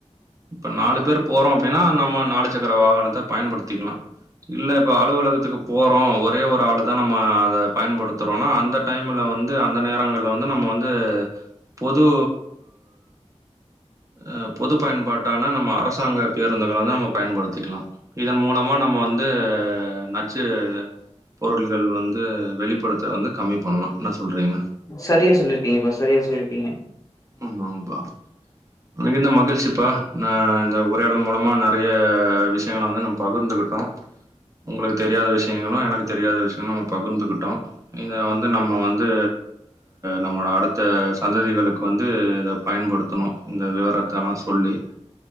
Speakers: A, on the right (about 25°); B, on the left (about 30°).
A: இப்ப நாலு பேர் போறோ அப்டினா நம்ம நாலு சக்கர வாகனத்த பயன்படுத்திக்கனு இல்ல இப்ப அலுவலகத்துக்கு போறோ ஒரே ஒரு ஆளு தா நம்ம அத பயன்படுத்துறோனா அந்த டைம்ல வந்து அந்த நேரங்கள்ல வந்து நம்ம வந்து பொது அ பொது பயன்பாட்டான நம்ம அரசாங்க பேருந்துகள வந்து நம்ம பயன்படுத்திக்லா இதன் மூலமா நம்ம வந்து நச்சு பொருள்கள் வந்து வெளிப்படத்த வந்து கம்மி பண்ணூ என்ன சொல்றீங்க
B: சரியா சொல்லிருக்கீங்கப்பா சரியா சொல்லிருக்கீங்க
A: ஆமாங்ப்பா மிகுந்த மகிழ்ச்சிப்பா நா இந்த உரையாடல் மூலமா நெறைய விஷயங்கள வந்து நம்ம பகிர்ந்துக்கிட் ட்டோ உங்களுக்கு தெரியாத விஷயங்களு எனக்கு தெரியாத விஷயங்களு நம்ம பகிர்ந்துக்கிட்டோ இந்தது வந்து நம்ம வந்து நம்ம அடுத்த சந்ததிகளுக்கு வந்து இத பயன்படுத்தணு இந்த விவரத்தலா சொல்லி